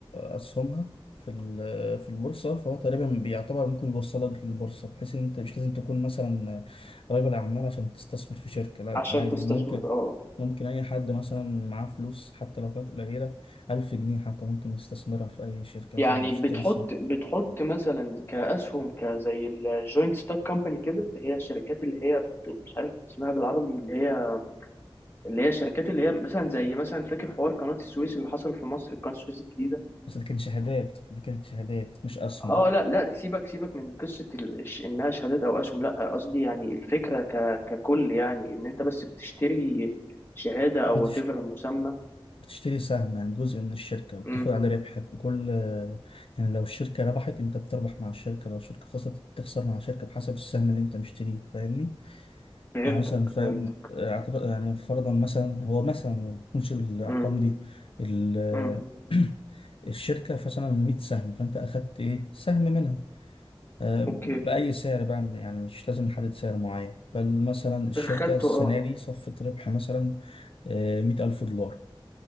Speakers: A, on the left; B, on the left.
A: أسهمها في ال- في البورصة فهو تقريبا بيعتبر ممكن يوصلك للبورصة بحيث إن أنت مش لازم تكون مثلا رجل أعمال عشان تستثمر في شركة لا
B: عشان
A: عادي
B: تستثمر
A: ممكن
B: اه
A: ممكن أي حد مثلا معاه فلوس حتى لو كانت قليلة ألف جنيه حتى ممكن يستثمرها في أي شركة
B: يعني
A: مثلا يشتري
B: بتحط
A: سهم
B: بتحط مثلا كاسهم كزي الجوينت ستوك كومباني كده اللي هي الشركات اللي هي ب- مش عارف اسمها بالعربي اللي هي اللي هي الشركات اللي هي مثلا زي مثلا فاكر حوار قناة السويس اللي حصل في مصر قناة السويس الجديدة
A: بس دي كانت شهادات دي كانت شهادات مش أسهم
B: اه لا لا سيبك سيبك من قصه ال... الش- انها شهادات او اسهم لا قصدي يعني الفكره ك... ككل يعني ان انت بس بتشتري شهاده
A: بتش...
B: او وات ايفر المسمى
A: بتشتري سهم يعني جزء من الشركة وبتاخد
B: امم
A: عليه ربحك وكل يعني لو الشركة ربحت انت بتربح مع الشركة لو الشركة خسرت بتخسر مع الشركة بحسب السهم اللي انت مشتريه فاهمني؟
B: فهمتك
A: يعني مثلا فاهم
B: فهمتك
A: اعتبر يعني فرضا مثلا هو مثلا ما بتكونش بالأرقام
B: امم
A: دي ال
B: امم
A: <clears throat> الشركة مثلا 100 سهم فانت اخدت ايه سهم منها آه،
B: اوكي
A: بأي سعر بقى يعني مش لازم نحدد سعر معين فمثلا الشركة
B: خدته
A: السنة
B: اه
A: دي صفت ربح مثلا آه، مية ألف دولار